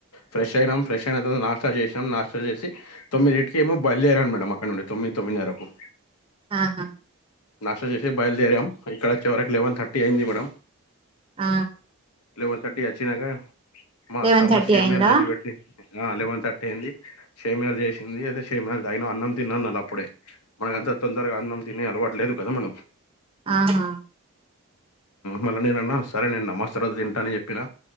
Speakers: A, on the left; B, on the right.
A: ఫ్రెష్ అయినాం ఫ్రెష్ అయిన త నాష్టా చేసాం నాష్టా చేసి తొమ్మిదిటుకి ఏమో బయలుదేరాను మేడం అక్క నుడి తొమ్మిది తమనా రక్కు
B: ఆాహా
A: నాష్ట చేససి బయలుదేరాం ఇక్కడ వ చిేవరకు లెవెన్ థర్టీ అయింది మేడం
B: ఆ
A: లెవెన్ థర్టీ వచ్చినాక మా
B: లెవెన్
A: అత్తమ్మా
B: థర్టీ
A: సషేమలు
B: అయిందా
A: చేసి పెట్టి ఆ అలెవెన్ థర్టీ అయింది షేమయాలు చేసింది అయితే షేమయాలు తగిన అన్నం తిన్నానుళ్ అప్పుడే మనక అంతా తొందరగా అన్నం తిని అలవట్లేదు కదా మనం
B: ఆహా
A: మళ్ళా నేనన్నా సరేనే అన్న మాస్తర్ అ తంటా అని చెప్పిన